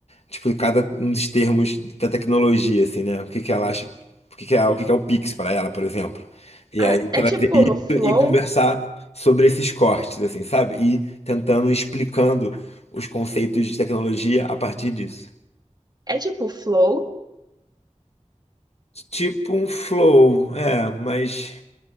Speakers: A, on the left; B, on the right.
A: tipo, cada um dos termos da tecnologia, assim, né? O que que ela acha, o que que é, o que que é o Pix para ela, por exemplo. E
B: Ah,
A: aí
B: é
A: trazer
B: tipo
A: isso
B: no Flow?
A: e conversar sobre esses cortes, assim, sabe? E tentando explicando os conceitos de tecnologia a partir disso.
B: É tipo Flow?
A: Tipo um flow, é, mas